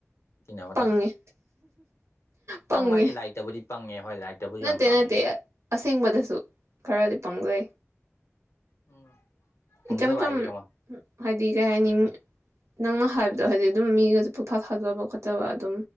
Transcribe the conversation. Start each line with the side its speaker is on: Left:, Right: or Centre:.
Left: ꯇꯤꯟꯅꯕ ꯃꯇꯝꯗ
Right: ꯄꯪꯉꯦ
Left: ꯄꯪꯕ
Right: ꯄꯪꯉꯦ
Left: ꯍꯥꯏꯁꯦ ꯂꯥꯏꯔꯤꯛꯇꯕꯨꯗꯤ ꯄꯪꯉꯦ ꯍꯣꯏ ꯂꯥꯏꯔꯤꯛꯇꯕꯨꯗꯤ
Right: ꯅꯠꯇꯦ
Left: ꯌꯥꯝ ꯄꯪꯉꯦ
Right: ꯅꯠꯇꯦ ꯑꯁꯦꯡꯕꯗꯁꯨ ꯈꯔꯗꯤ ꯄꯪꯖꯩ
Left: ꯎꯝ ꯄꯪꯖꯕ
Right: ꯏꯆꯝ ꯆꯝ
Left: ꯍꯥꯏꯁꯦ ꯀꯃꯥꯏ
Right: ꯍꯥꯏ ꯗꯤ ꯀꯩ ꯍꯥꯏꯅꯤ ꯅꯪꯅ ꯍꯥꯏꯕꯗꯣ ꯍꯥꯏꯗꯤ ꯑꯗꯨꯝ ꯃꯤꯒꯁꯨ ꯄꯣꯛꯊꯥ ꯊꯥꯖꯕ ꯈꯣꯠꯆꯕ ꯑꯗꯨꯝ